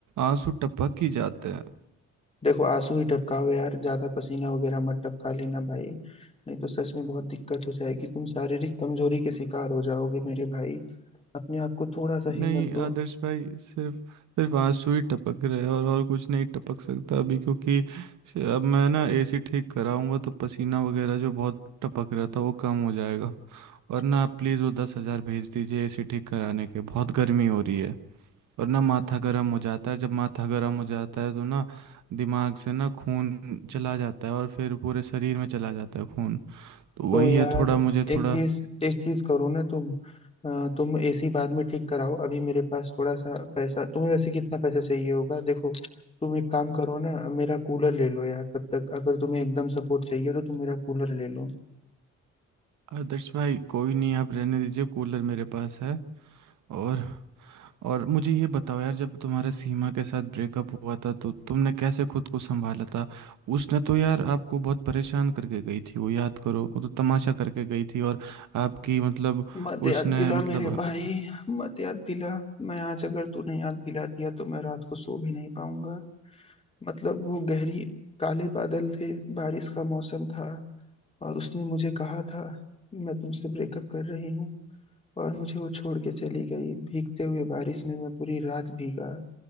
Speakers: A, on the right; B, on the left.
A: आंसू टपक ही जाते हैं
B: देखो आंसू ही टपकाओ यार ज्यादा पसीना वगैरह मत टपका लेना भाई नहीं तो सच में बहुत दिक्कत हो जाएगी तुम शारीरिक कमजोरी के शिकार हो जाओगे मेरे भाई अपने आप को थोड़ा सा हिम्मत
A: नहीं
B: दो
A: आदर्श भाई सिर्फ सिर्फ आंसू ही टपक रहे हैं और और कुछ नहीं टपक सकता अभी क्योंकि श- अब मैं ना एसी ठीक कराऊंगा तो पसीना वगैरह जो बहुत टपक रहा था वो कम हो जाएगा और ना आप प्लीज़ वो दस हज़ार भेज दीजिए एसी ठीक कराने के बहुत गर्मी हो रही है और ना माथा गर्म हो जाता है जब माथा गर्म हो जाता है तो ना दिमाग से ना खून चला जाता है और फिर पूरे शरीर में चला जाता है खून तो
B: तो
A: वही
B: यार
A: है थोड़ा मुझे
B: एक
A: थोड़ा
B: चीज एक चीज करो ना तुम अ, तुम एसी बाद में ठीक कराओ अभी मेरे पास थोड़ा सा पैसा तुम्हें वैसे कितना पैसा चाहिए होगा देखो तुम एक काम करो ना मेरा कूलर ले लो यार तब तक अगर तुम्हें एकदम सपोर्ट चाहिए तो तुम मेरा कूलर ले लो
A: आदर्श भाई कोई नहीं आप रहने दीजिए कूलर मेरे पास है और और मुझे ये बताओ यार जब तुम्हारा सीमा के साथ ब्रेकअप हुआ था तो तुमने कैसे खुद को संभाला था उसने तो यार आपको बहुत परेशान करके गई थी वो याद करो वो तो तमाशा करके गई थी और आपकी मतलब
B: मत याद
A: उसने
B: दिला
A: मतलब
B: मेरे भाई मत याद दिला मैं आज अगर तूने याद दिला दिया तो मैं रात को सो भी नहीं पाऊंगा मतलब वो गहरी काले बादल थे बारिश का मौसम था और उसने मुझे कहा था मैं तुमसे ब्रेकअप कर रही हूँ और मुझे वो छोड़ के चली गई भीगते हुए बारिश में मैं पूरी रात भीगा